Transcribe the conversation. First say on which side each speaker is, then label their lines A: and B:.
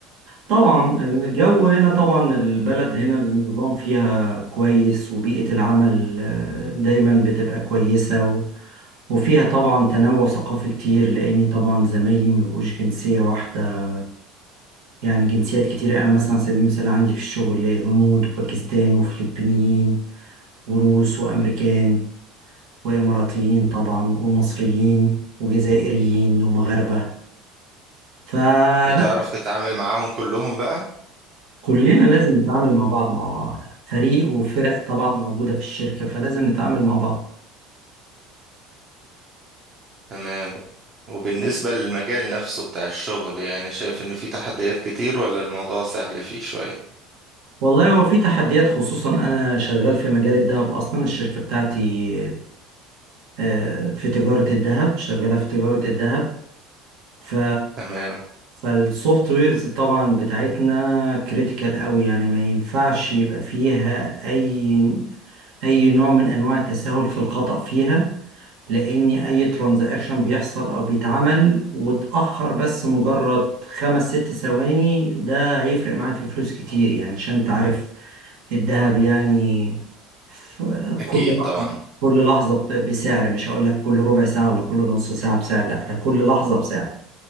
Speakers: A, on the right; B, on the right.
A: طبعا الجو هنا طبعا البلد هنا النظام فيها كويس وبيئة العمل آه، دايما بتبقى كويسة و- وفيها طبعا تنوع ثقافي كتير لأني طبعا زمايلي مبقوش جنسية واحدة يعني جنسيات كتير أنا مثلا على سبيل المثال عندي في الشغل هنود وباكستان وفلبينيين وروس وأمريكان وإماراتيين طبعا ومصريين وجزائريين ومغاربة فلا
B: بتعرف تتعامل معاهم كلهم بقى
A: كلنا لازم نتعامل مع بعض مع فريق وفرق طبعا موجودة في الشركة فلازم نتعامل مع بعض
B: تمام وبالنسبة للمجال نفسه بتاع الشغل يعني شايف ان في تحديات كتير ولا الموضوع سهل فيه شوية
A: والله هو في تحديات خصوصا أنا شغال في مجال الذهب أصلا الشركة بتاعتي آه، في تجارة الذهب شغالة في تجارة الذهب ف
B: تمام
A: فالسوفت ويرز طبعا بتاعتنا كريتيكال قوي يعني ما ينفعش يبقى فيها أي أي نوع من أنواع التساهل في الخطأ فيها لاني اي ترانزاكشن بيحصل او بيتعمل واتاخر بس مجرد خمس ست ثواني ده هيفرق معايا في فلوس كتير يعني عشان انت عارف الذهب يعني ف-
B: اكيد
A: كل لحظة
B: طبعا
A: كل لحظة ب- بسعر مش هقول لك كل ربع ساعة ولا كل نص ساعة بسعر لا ده كل لحظة بسعر